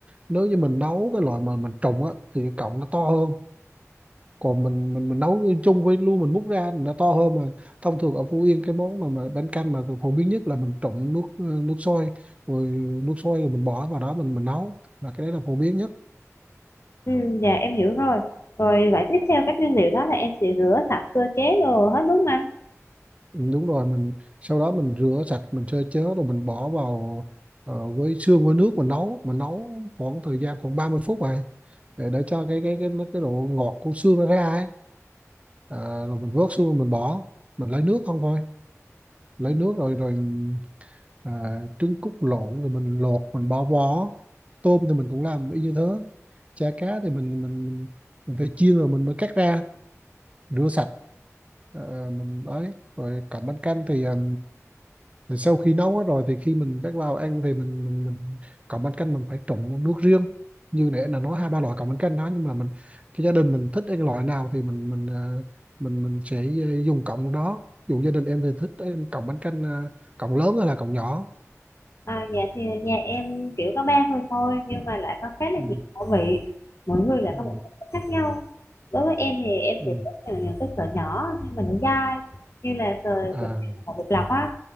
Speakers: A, on the right (about 25°); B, on the left (about 55°).
A: nếu như mình nấu cái loại mà mình trụng á thì cái cọng nó to hơn còn mình mình mình nấu chung với luôn mình múc ra nó to hơn mà thông thường ở Phú Yên cái món mà mà bánh canh mà phổ biến nhất là mình trụng nước nước sôi rồi nước sôi rồi mình bỏ vào đó mình mình nấu là cái đấy là phổ biến nhất
B: ừ dạ em hiểu rồi rồi vậy tiếp theo các nguyên liệu đó là em sẽ rửa sạch sơ chế đồ hết đúng không anh
A: đúng rồi mình sau đó mình rửa sạch mình sơ chế rồi mình bỏ vào ờ, với xương với nước mình nấu mình nấu khoảng thời gian khoảng 30 phút này để, để cho cái cái cái cái độ ngọt của xương nó ra ấy à, rồi mình vớt xương rồi mình bỏ mình lấy nước không thôi lấy nước rồi rồi à, trứng cút lộn rồi mình lột mình bỏ vỏ tôm thì mình cũng làm y như thế chả cá thì mình mình mình phải chiên rồi mình mới cắt ra rửa sạch Ờ, mình ấy rồi cặp bánh canh thì ờ, Rồi sau khi nấu hết rồi thì khi mình bắt vào ăn thì mình mình, mình cọng bánh canh mình phải trộn nước riêng như nãy là nói hai ba loại cọng bánh canh đó nhưng mà mình cái gia đình mình thích ăn loại nào thì mình mình ờ, mình mình sẽ ờ, dùng cọng đó ví dụ gia đình em thì thích em cộng bánh canh ờ, cộng lớn hay là cọng nhỏ
B: À, dạ thì nhà em kiểu có ba người thôi nhưng mà lại có khá là
A: ừ.
B: nhiều khẩu vị mỗi người lại
A: Ừ.
B: có một sở thích khác nhau đối với em thì em
A: Ừ.
B: sẽ thích những những cái sợi nhỏ nhưng mà nó dai như là sợi
A: À.
B: sợi của bột lọc á